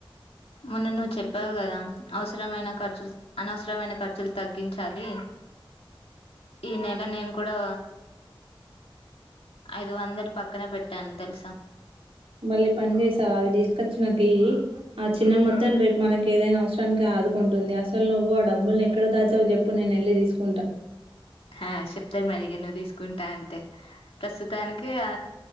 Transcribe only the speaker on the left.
మొన్న నువ్వు చెప్పావు కదా అవసరమైన ఖర్చులు అనవసరమైన ఖర్చులు తగ్గించాలి ఈ నెల నేను కూడా ఐదు వందలు పక్కన పెట్టాను తెలుసా
ఆ చెప్తారు మరిగ నువ్వు తీసుకుంటా అంటే ప్రస్తుతానికి ఆ